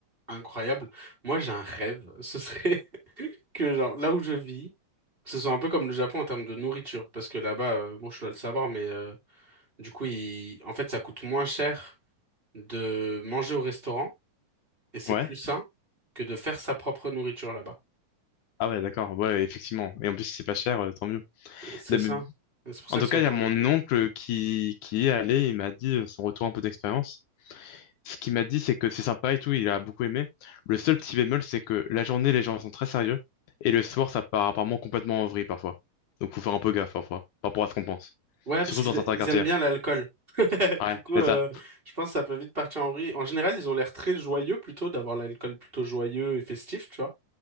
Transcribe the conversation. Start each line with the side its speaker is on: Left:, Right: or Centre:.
Right: incroyable. Moi, j'ai un rêve. Ce serait <laughs> que, genre, là où je vis, ce soit un peu comme le Japon en termes de nourriture. Parce que là-bas, euh, bon, je dois le savoir, mais... euh, Du coup, il- en fait, ça coûte moins cher de manger au restaurant et c'est
Left: ouais.
Right: plus sain que de faire sa propre nourriture là-bas.
Left: Ah ouais, d'accord, ouais, effectivement. Et en plus, si c'est pas cher, euh, tant mieux.
Right: C'est
Left: Non,
Right: ça.
Left: mais-
Right: Et C'est pour
Left: En
Right: ça
Left: tout
Right: que c'est
Left: cas,
Right: autant
Left: il y a mon
Right: développé.
Left: oncle qui, qui y est allé, il m'a dit euh, son retour un peu d'expérience. Ce qu'il m'a dit, c'est que c'est sympa et tout, il a beaucoup aimé. Le seul petit bémol, c'est que la journée, les gens sont très sérieux, et le soir, ça part apparemment complètement en vrille parfois. Donc faut faire un peu gaffe parfois, par rapport à ce qu'on pense.
Right: Ouais, parce
Left: Surtout
Right: qu'ils
Left: dans certains
Right: ils
Left: quartiers.
Right: aiment bien l'alcool. <laughs>
Left: Ouais,
Right: Du coup, euh,
Left: c'est ça,
Right: je pense que ça peut vite partir en vrille. En général, ils ont l'air très joyeux plutôt d'avoir l'alcool plutôt joyeux et festif, tu vois.